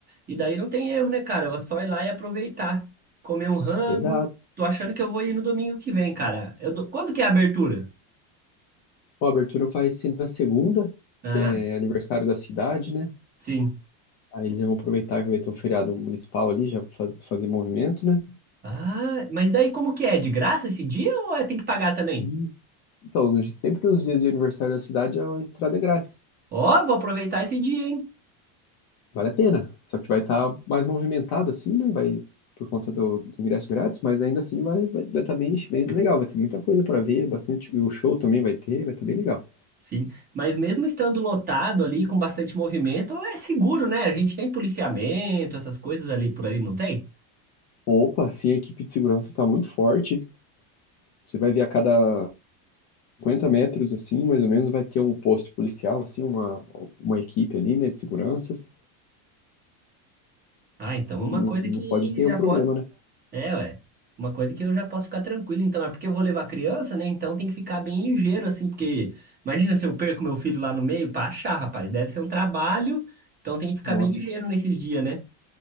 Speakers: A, on the right; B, on the left.
A: e daí não tem erro, né, cara? É só ir lá e aproveitar. Comer um rango.
B: Exato.
A: Tô achando que eu vou ir no domingo que vem, cara. Eu dou- Quando que é a abertura?
B: Ó, a abertura vai ser na segunda,
A: Ah,
B: que é aniversário da cidade, né?
A: sim.
B: Aí eles já vão aproveitar que vai ter o feriado municipal ali, já faz- fazer movimento, né?
A: Ah, mas daí como que é? É De graça esse dia ou é- tem que pagar também?
B: Isso. Então, sempre nos dias de aniversário da cidade, a entrada é grátis.
A: Ó, vou aproveitar esse dia, hein?
B: Vale a pena. Só que vai estar mais movimentado assim, né? Vai por conta do, do ingresso grátis, mas ainda assim vai vai estar bem, bem legal. Vai ter muita coisa para ver, bastante. O show também vai ter, vai estar bem legal.
A: Sim, mas mesmo estando lotado ali, com bastante movimento, é seguro, né? A gente tem policiamento, essas coisas ali por ali, não tem?
B: Opa, assim, a equipe de segurança está muito forte. Você vai ver a cada 50 metros, assim, mais ou menos, vai ter um posto policial, assim, uma, uma equipe ali, né, de seguranças.
A: Ah, então
B: Não,
A: é uma coisa
B: não
A: que
B: pode ter
A: já
B: um problema,
A: posso.
B: né?
A: É, ué. Uma coisa que eu já posso ficar tranquilo, então. É porque eu vou levar criança, né? Então tem que ficar bem ligeiro, assim, porque imagina se eu perco meu filho lá no meio pra achar, rapaz. Deve ser um trabalho, então tem que ficar
B: Nossa,
A: bem ligeiro
B: e-
A: nesses dias, né?